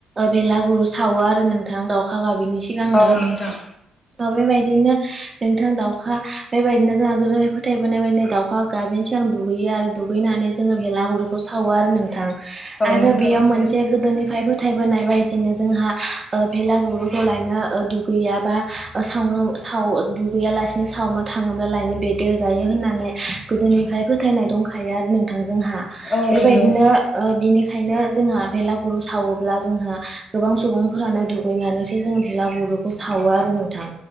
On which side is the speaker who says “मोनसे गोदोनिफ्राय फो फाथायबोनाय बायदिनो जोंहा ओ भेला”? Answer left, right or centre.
Right